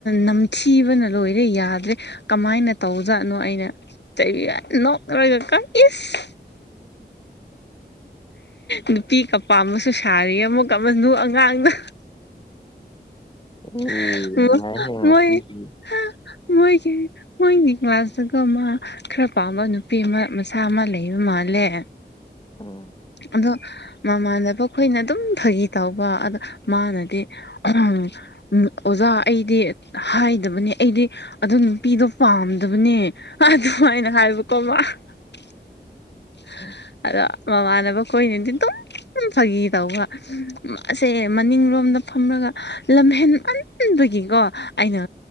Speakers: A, on the left (about 70°); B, on the left (about 25°).
A: ꯅꯝꯊꯤꯕꯅ ꯂꯣꯏꯔꯦ ꯌꯥꯗ꯭ꯔꯦ ꯀꯃꯥꯏꯅ ꯇꯧꯖꯥꯠꯅꯣ ꯑꯩꯅ ꯆꯩ ꯅꯣꯛꯂꯔꯒ ꯀꯣ ꯏꯁ ꯅꯨꯄꯤꯀꯥ ꯄꯥꯝꯕꯁꯨ ꯁꯥꯔꯤ ꯑꯦ ꯑꯃꯨꯛꯀ ꯑꯃꯅꯨ ꯑꯉꯥꯡꯗ
B: ꯑꯦ
A: <unintelligible>
B: ꯅꯨꯡꯉꯥꯏꯍꯦ ꯉꯁꯤꯒꯤ
A: ꯃꯣꯏ <unintelligible> ꯃꯣꯏꯒꯤ ꯃꯣꯏꯒꯤ ꯀ꯭ꯂꯥꯁ ꯇꯥꯀꯣ ꯃꯥ ꯈꯔ ꯄꯥꯝꯕ ꯅꯨꯄꯤ ꯑꯃ ꯃꯁꯥ ꯑꯃ ꯂꯩꯕ ꯃꯥꯜꯂꯦ
B: ꯎꯝ
A: ꯑꯗꯣ ꯃꯃꯥꯟꯅꯕ ꯑꯩꯈꯣꯏꯅ ꯑꯗꯨꯝ ꯐꯥꯒꯤ ꯇꯧꯕ ꯑꯗ ꯃꯥꯅꯗꯤ ꯎꯝ ꯎꯝ ꯑꯣꯖꯥ ꯑꯩꯗꯤ ꯍꯥꯏꯗꯕꯅꯤ ꯑꯩꯗꯤ ꯑꯗꯨ ꯅꯨꯄꯤꯗꯣ ꯄꯥꯝꯗꯕꯅꯦ ꯑꯗꯨꯃꯥꯏꯅ ꯍꯥꯏꯕꯀꯣ ꯃꯥ꯫ <unintelligible>
B: <unintelligible>
A: ꯑꯗꯣ ꯃꯃꯥꯟꯅꯕ ꯈꯣꯏꯅꯗꯤ ꯑꯗꯨꯝ ꯐꯥꯒꯤ ꯇꯧꯕ꯫ ꯃꯥꯁꯦ ꯃꯅꯤꯡꯂꯣꯝꯗ ꯐꯝꯂꯒ ꯂꯝꯍꯦꯟꯃꯟꯕꯒꯤꯀꯣ ꯑꯩꯅ